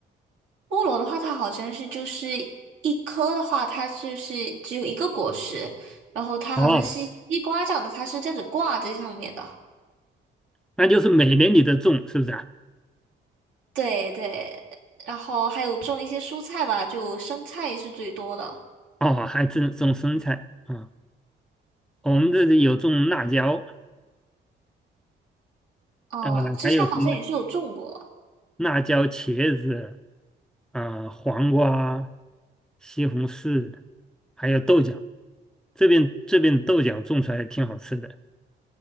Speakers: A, on the right; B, in the centre.
A: 菠萝的话，它好像是就是一颗的话，它就是只有一个果实，然后它好像是西瓜这样的，
B: 哦，
A: 它是这样子挂在上面的。
B: 那就是每年你都种是不是啊？
A: 对对，然后还有种一些蔬菜吧，就生菜是最多的。
B: 哦，还种种生菜啊、我们这里有种辣椒，
A: 啊，
B: 呃，
A: 之前好像也是有种过，
B: 还有什么辣椒、茄子啊、黄瓜、西红柿，还有豆角。这边这边的豆角种出来挺好吃的。